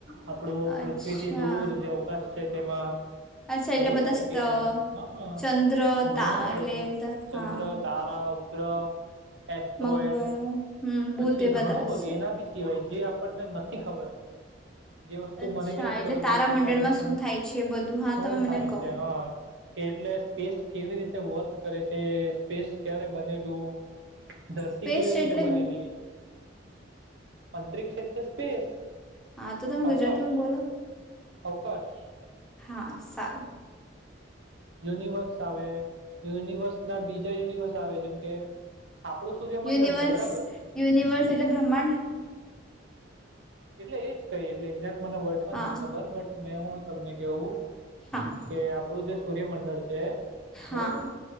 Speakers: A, on the right; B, in the centre.
A: આપડું
B: અચ્છા
A: પૃથ્વી થી દૂર જે અવકાશ. છે તેમાં
B: અચ્છા એટલે
A: હોય
B: બધા
A: છે ને
B: સ્ત-
A: કે હા
B: ચંદ્ર
A: ઘણું
B: તા
A: બધું
B: એટલે એ બધા
A: ચંદ્ર
B: હા
A: તારા ઉપગ્રહ
B: મંગળ
A: એસ્ટ્રોઇડ
B: હમ
A: પછી
B: બુધ એ
A: ઘણું
B: બતાવે છે
A: એના બી સિવાય જે આપણને નથી ખબર જે વસ્તુ
B: અચ્છા
A: મને બી નથી
B: એટલે
A: ખબર
B: તારામંડળમાં
A: જે વસ્તુ તમને પણ
B: શું થાય છે એ બધું હા
A: શું
B: તમે મને
A: થાય
B: કહો
A: છે હા કેટલે સ્પેસ કેવી રીતે વર્ક કરે છે સ્પેસ ક્યારે બનેલું- ધરતી
B: સ્પેસ
A: કેવી રીતે
B: એટલે
A: બને-
B: ગુ-
A: અંતરિક્ષે એટલે સ્પેસ
B: હા તો તમે ગુજરાતીમાં
A: અવકાશ
B: બોલો
A: અવકાશ
B: હા સારું
A: યુનિવર્સ આવે યુનિવર્સ ના બીજા યુનિવર્સ આવે જેમ કે આપણું સૂર્યમંડળ
B: યુનિવર્સ
A: છે બરાબર
B: યુનિવર્સ એટલે બ્રહ્માંડ
A: એટલે એજ જ કઈ એક્ઝેક્ટ મને વર્ડ પણ
B: હા
A: નથી ખબર બટ મેં હું તમને કહું-
B: હા
A: કે આપડું જે સૂર્યમંડળ છે.
B: હા
A: બરાબર